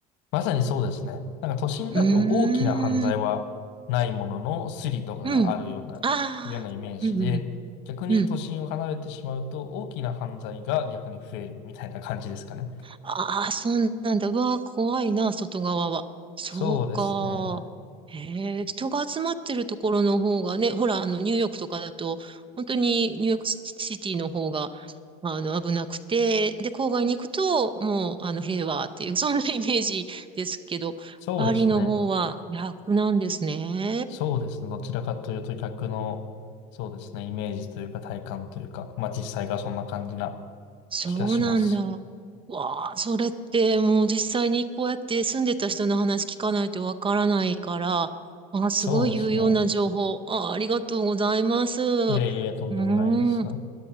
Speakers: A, on the left; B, on the right.
A: まさにそうですね。なんか都心だと大きな犯罪はないもののスリとかがあるような、
B: うーん。うん。ああ。
A: いうようなイメージで、
B: うん、うん、
A: 逆に都心を離れてしまうと大きな犯罪が逆に増えるみたいな感じですかね。
B: うん。ああ、そうなんだ。うわあ、怖いな、外側は。そうか。
A: そうですね。
B: へえ、人が集まってるところの方がね、ほら、あの、ニューヨークとかだと、本当にニューヨークシティの方が、まあの、危なくて、で、郊外に行くと、もう、あの、平和っていう、そんなイメージですけど、
A: そうですね。
B: パリの方は逆なんですね。
A: そうですね。どちらかというと逆の、そうですね。イメージというか体感というか、まあ実際がそんな感じな
B: そうなんだ。
A: 気がします。
B: わあ、それってもう実際にこうやって住んでた人の話聞かないとわからないから、あ、すごい有用な情報。
A: そうですね。
B: あ、ありがとうございます。うー
A: いえいえ、とんでもないです。
B: ん。
A: <laughs> は